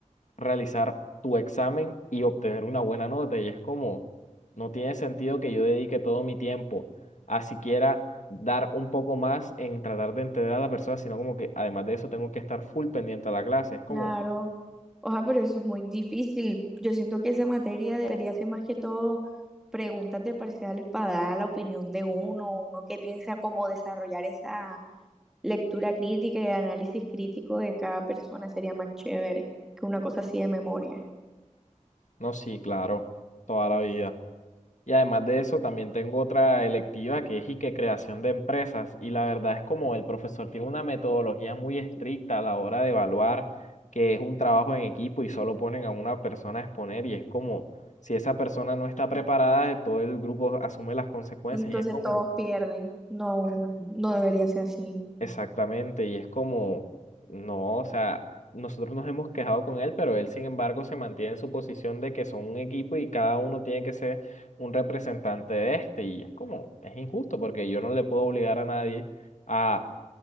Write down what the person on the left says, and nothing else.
realizar tu examen y obtener una buena nota. Y es como, no tiene sentido que yo dedique todo mi tiempo a siquiera dar un poco más en tratar de entender a la persona, sino como que además de eso tengo que estar full pendiente a la clase. Es como,
no, sí, claro, toda la vida. Y además de eso, también tengo otra electiva que es y que creación de empresas. Y la verdad es como el profesor tiene una metodología muy estricta a la hora de evaluar que es un trabajo en equipo y solo ponen a una persona a exponer y es como si esa persona no está preparada, todo el grupo asume las consecuencias
y es como
Exactamente, y es como, no, o sea, nosotros nos hemos quejado con él, pero él sin embargo se mantiene en su posición de que son un equipo y cada uno tiene que ser un representante de este, y es como, es injusto porque yo no le puedo obligar a nadie a